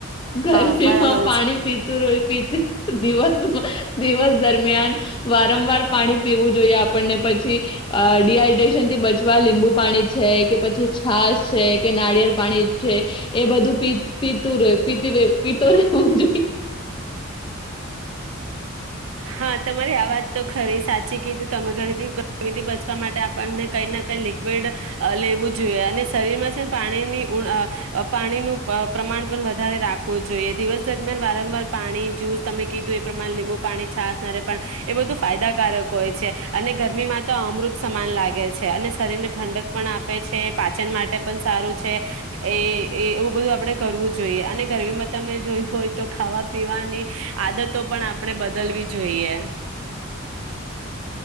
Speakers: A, on the left; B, on the right.
A: ગરમીમાં
B: હા બરાબર
A: પાણી
B: છે.
A: પીતું રયુ પીતું દિવસ માં દિવસ દરમિયાન વારંવાર પાણી પીવું જોઈએ આપણને પછી અહ ડીહાઈડ્રેશન શન થી બચવા લીંબુ પાણી છે, કે પછી છાસ છે, કે નારિયેળ પાણી છે. એ બધું પી-પીતું રયુ પીતી રઈ પીતો રહેવું જ
B: હા, તમારી આ વાત તો ખરી સાચી કીધું. તમે ગર્મ ગર્મીથી બચવા માટે આપણને કંઈ ના કઈ લિક્વિડ અહ લેવું જોઈએ અને શરીરમાં છેને પાણીની ઊણ અહ પાણીનું પ્રમાણ પણ વધારે રાખવું જોઈએ. દિવસ દરમિયાન વારંવાર પાણી જ્યુસ તમે કીધું એ પ્રમાણ લીંબુ પાણી છાસ નારે પણ એ બધું ફાયદાકારક હોય છે. અને ગરમીમાં તો અમૃત સમાન લાગે છે. અને શરીરને ઠંડક પણ આપે છે, પાચન માટે પણ સારું છે, એ એ એવું બધું આપણે કરવું જોઈએ અને ગરમીમાં તમે જોયું હોય તો ખાવા પીવાની આદતો પણ આપણે બદલવી જોઈએ.